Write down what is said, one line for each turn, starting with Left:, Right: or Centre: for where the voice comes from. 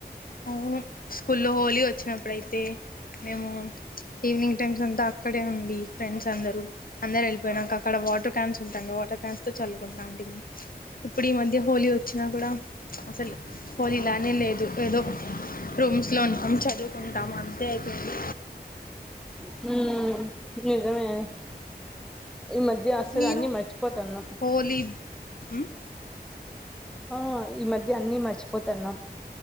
Left: అవును స్కూల్లో హోలీ వచ్చినప్పుడయితే మేము ఈవినింగ్ టైమ్స్ అంతా అక్కడే ఉండి ఫ్రెండ్స్ అందరూ అందరూ వెళ్ళిపోయానాక అక్కడ వాటర్ క్యాన్స్ ఉంటాడి వాటర్ క్యాన్స్తో చల్లుకుంటాలాంటివి ఇప్పుడు ఈ మధ్య హోలీ వచ్చినా కూడా అసలు హోలీ ఇలానే లేదు ఏదో రూమ్స్లో ఉంటాం చదువుకుంటాము అంతే అయిపోంది
Centre: హ ఇదమేను ఈ మధ్య అసలు
Left: మీరు
Centre: అన్ని మర్చిపోతాన్నా
Left: హోలీ ఉమ్
Centre: ఆ ఈ మధ్య అన్ని మర్చిపో పతన్నం